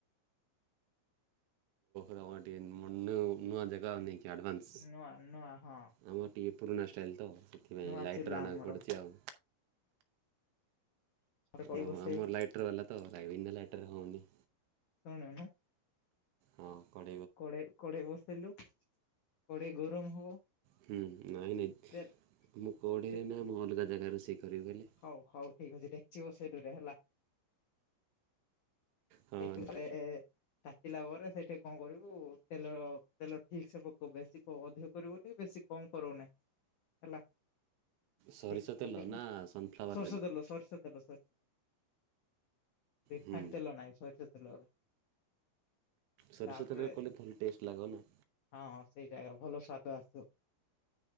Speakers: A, on the right; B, on the left.
A: <unintelligible> କି ଆଡ଼ଭାନ୍ସ
B: ନୂଆ ନୂଆ ହଁ।
A: ଆମର ଟିକେ ପୁରୁଣା ଷ୍ଟାଇଲ୍ ତ ସେଥିପାଇଁ
B: ନୂଆ
A: ଲାଇଟର
B: ଚୁଲା
A: ଆଣିବାକୁ
B: ଆମର
A: ପଡ଼ୁଚି ଆଉ।
B: କଡେଇ
A: ଓ
B: ବସେଇବୁ
A: ଆମର ଲାଇଟର ବାଲା ତ ବିନା ଲାଇଟର ରେ ହଉନି।
B: ଶୁଣୁନୁ।
A: ହଁ କଣ?
B: କଡେ କଡେଇ ବସେଇଲୁ କଡେଇ ଗରମ ହବ।
A: ହୁଁ ନାଇଁ ନାଇଁ
B: ତେ
A: ମୁଁ କଉ଼ିରେ
B: ତେ
A: ନାଁ ମୁଁ ଅଲଗା ଜାଗା ରୋଷେଇ କରିବି ବୋଇଲେ?
B: ହଉ ହଉ ଠିକ୍ ଅଛି ଡେକଚି ବସେଇଲୁ ରେ ହେଲା।
A: ହଁ
B: <unintelligible> ତାକିଲା ପରେ ସେଇଠି କଣ କରିବୁ ତେଲ ତେଲ ଠିକ ସେ ପକ ବେଶୀ ଅଧିକ କରିବୁ ଟ ବେଶୀ କମ କରବୁ ନେଇ ହେଲ।
A: ସୋରିଷ
B: ଠିକ <unintelligible>
A: ତେଲ ନା ସନଫ୍ଲାୱାର୍
B: ଶୋରଷ ତେଲ ଶୋରଷ। ରିଫାଇନ୍
A: ହୁଁ
B: ତେଲ ନାହିଁ ସରିଷ ତେଲ।
A: ସରିଷ
B: ତାପରେ
A: ତେଲରେ କଲେ ଭଲ ଟେଷ୍ଟ ଲାଗ ନା।
B: ହଁ ସେଇଟା <unintelligible> ଭଲ ସ୍ଵାଦ ଆସିବ।